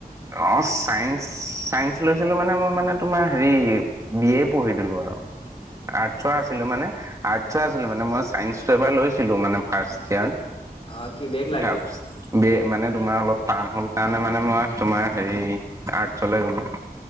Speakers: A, on the right (about 20°); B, on the left (about 35°).
A: অ, চাইন্স চাইন্স লৈছিলো মানে মই মানে তোমাৰ হেৰি। বি এ পঢ়ি দিলো আৰু। আৰ্টছৰ আছিলো মানে আৰ্টছ আছিলো মানে মই চাইন্সটো এবাৰ লৈছিলো মানে। ফাৰ্ষইয়াৰ
B: অ কি বেক লাগিলে?
A: তাৰপাছত বি এ মানে তোমাৰ অলপ টান হ'ল কাৰণে মানে মই তোমাৰ হেৰি আৰ্টচলৈ গ'লো।